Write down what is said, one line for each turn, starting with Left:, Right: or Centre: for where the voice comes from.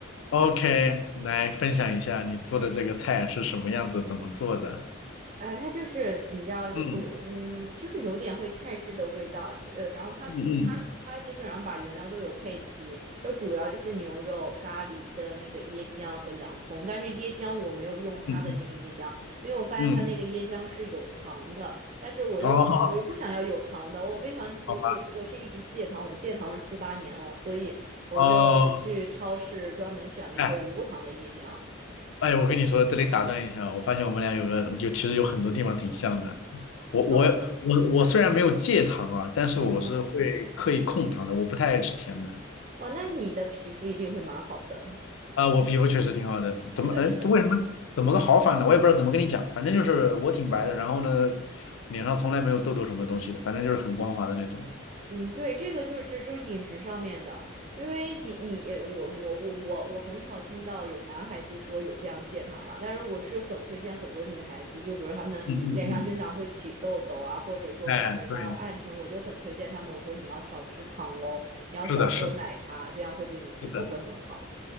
Left: ，OK，来分享一下你做的这个菜是什么样子，怎么做的？
Right: 哎，它就是你知道，就我嗯，
Left: 嗯
Right: 就是有点会泰式的味道，其呃，然后它它它基本上把原料都有配齐，
Left: 嗯嗯
Right: 就主要就是牛肉、咖喱跟那个椰浆和洋葱，但是椰浆我没有用它的那个椰浆，
Left: 嗯
Right: 因为我发现它那个椰浆是有糖的，
Left: 嗯嗯。
Right: 但是我又我又不想要有糖的，
Left: 哦，
Right: 我非常我我我是一直戒糖，
Left: 好吧。
Right: 我戒糖了七八年了，所以我就去超市专门选了一个无糖的椰浆。
Left: 哦。哎哎，我跟你说，这里打断一下，我发现我们俩有个就其实有很多地方挺像的。我我我我虽然没有戒糖啊，
Right: 哦，
Left: 但是我是会刻意控糖的，
Right: 啊哈。
Left: 我不太爱吃甜的。
Right: 哇，那你的皮肤一定会蛮好的。
Left: 啊、我皮肤确实挺好的，
Right: <laughs> 是的，
Left: 怎么哎为什么怎么个好法呢？
Right: 是的。
Left: 我也不知道怎么跟你讲，反正就是我挺白的，然后呢脸上从来没有痘痘什么东西的，反正就是很光滑的那种。
Right: 嗯，对，这个就是其实就是饮食上面的，因为饮你也我我我我我很少听到有男孩子说有这样戒糖了，但是我是很推荐很多女孩子，就比如她们脸上经常会起痘痘啊，
Left: 嗯嗯嗯，
Right: 或者说感觉到暗沉，
Left: 哎，对，
Right: 我就很推荐他们，我说你要少吃糖喽，你要少喝奶茶，
Left: 是的，是的，
Right: 这样会对你皮肤会很好。
Left: 是的，